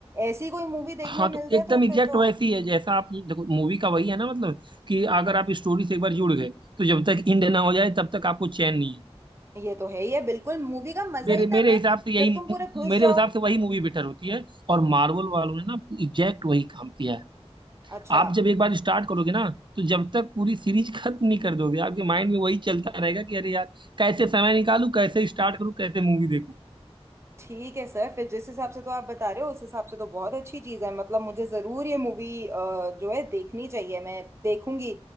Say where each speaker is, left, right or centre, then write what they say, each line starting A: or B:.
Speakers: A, on the right; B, on the right.
A: ऐसी कोई मूवी देखने
B: हाँ
A: मिल
B: तो
A: जाए
B: एकदम
A: तो
B: एग्जैक्ट
A: फिर तो
B: वैसी है जैसा आप देखो मूवी का वही है ना मतलब कि अगर आप स्टोरी से एक बार जुड़ गए तो जब तक एंड ना हो जाए तब तक आपको चैन नहीं है
A: ये तो है ही है बिल्कुल मूवी का मजा
B: मेरे
A: ही तब
B: मेरे
A: है
B: हिसाब से यही
A: जब तुम पूरे घुस
B: मेरे
A: जाओ
B: हिसाब से वही मूवी बेटर होती है और मार्वल वालों ने ना एग्जैक्ट वही काम किया है
A: अच्छा
B: आप जब एक बार स्टार्ट करोगे ना तो जब तक पूरी सीरीज <laughs> खत्म नहीं कर दोगे आपके माइंड में वही चलता रहेगा कि अरे यार कैसे समय निकालूं कैसे स्टार्ट करूं कैसे मूवी देखूं
A: ठीक है सर फिर जिस हिसाब से तो आप बता रहे हो उस हिसाब से तो बहुत अच्छी चीज़ है मतलब मुझे ज़रूर ये मूवी जो है देखनी चाहिए मैं देखूंगी